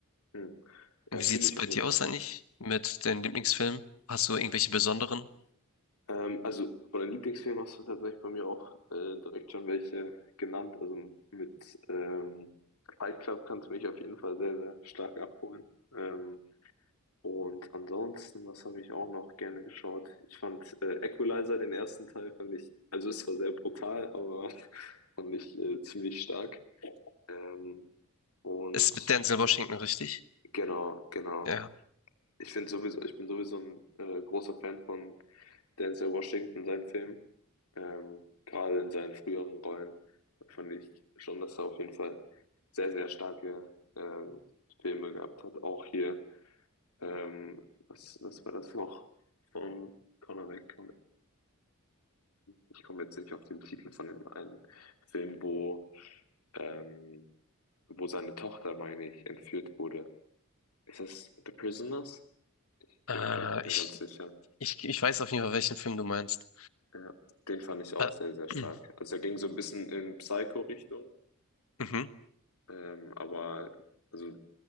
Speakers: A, on the left (about 90°); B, on the left (about 70°).
A: Mhm.
B: Und
A: Ja,
B: wie
A: fühle
B: sieht's
A: ich
B: bei
A: auf jeden
B: dir aus
A: Fall.
B: eigentlich mit den Lieblingsfilmen? Hast du irgendwelche besonderen?
A: Ähm, also von den Lieblingsfilmen hast du tatsächlich bei mir auch äh, direkt schon welche genannt. Also mit ähm, Fight Club kannst du mich auf jeden Fall sehr, sehr stark abholen. Ähm, und ansonsten, was habe ich auch noch gerne geschaut? Ich fand äh, Equalizer, den ersten Teil, fand ich, also ist zwar sehr brutal, aber <laughs> fand ich äh, ziemlich stark. Ähm, und
B: Ist mit Denzel Washington richtig?
A: genau, genau.
B: Ja.
A: Ich finde sowieso, ich bin sowieso ein äh, großer Fan von Denzel Washington, seinen Filmen. Ähm, gerade in seinen früheren Rollen fand ich schon, dass er auf jeden Fall sehr, sehr starke ähm, Filme gehabt hat. Auch hier, ähm, was, was war das noch? Von Conor McGregor. Ich komme jetzt nicht auf den Titel von dem einen Film, wo, ähm, wo seine Tochter, meine ich, entführt wurde. Ist das The Prisoners? Ich
B: Äh,
A: bin mir gerade nicht mehr
B: ich,
A: ganz sicher.
B: ich, ich weiß auf jeden Fall, welchen Film du meinst.
A: Ja, den fand ich auch
B: Äh,
A: sehr, sehr stark.
B: <clears throat>
A: Also er ging so ein bisschen in Psycho-Richtung,
B: mhm.
A: ähm, aber also